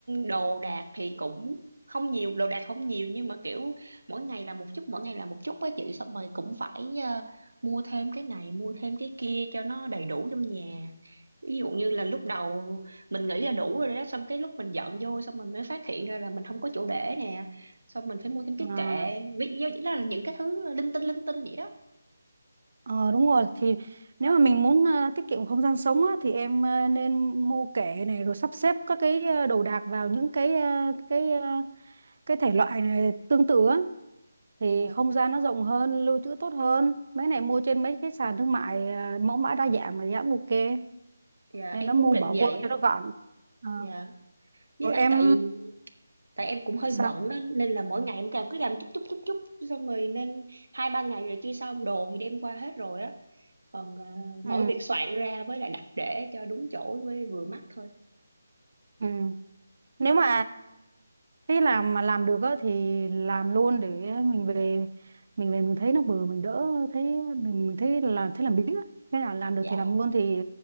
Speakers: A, on the right; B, on the right.
A: đồ đạc thì cũng không nhiều đồ đạc không nhiều nhưng mà kiểu mỗi ngày là một chút mỗi ngày là một chút với chị xong rồi cũng phải ờ, mua thêm cái này mua thêm cái kia cho nó đầy đủ trong nhà ví dụ như là lúc đầu mình nghĩ là đủ rồi đó xong cái lúc mình dọn vô xong mình mới phát hiện ra là mình không có chỗ để nè xong mình phải mua thêm cái
B: À,
A: kệ ví dụ đó là những cái thứ linh tinh linh tinh vậy đó
B: ờ, đúng rồi thì nếu mà mình muốn ờ, tiết kiệm không gian sống á, thì em ờ, nên mua kệ này rồi sắp xếp các cái ờ, đồ đạc vào những cái ờ, cái ờ, cái thể loại này tương tự á thì
A: dạ
B: không gian nó rộng hơn, lưu trữ tốt hơn. Mấy này mua trên mấy cái sàn thương mại ờ, mẫu mã đa dạng mà giá ok
A: dạ
B: nên
A: em
B: nó
A: cũng
B: mua
A: định
B: bỏ
A: vậy
B: vô
A: á
B: cho nó gọn. Ờ,
A: dạ với
B: rồi
A: lại
B: em
A: tại tại em cũng hơi
B: sao?
A: bận đó nên là mỗi ngày em cào cứ làm chút chút chút chút xong rồi nên hai ba ngày rồi chưa xong đồ thì đem qua hết rồi á còn ờ,
B: Ừ.
A: mỗi việc soạn ra với lại đặt để cho đúng chỗ với vừa mắt thôi
B: Ừ. nếu mà cái làm mà làm được á thì làm luôn để mình về mình về mình thấy nó bừa mình đỡ thấy mình, mình thấy là thấy làm biếng á thế nào làm
A: dạ
B: được thì làm luôn thì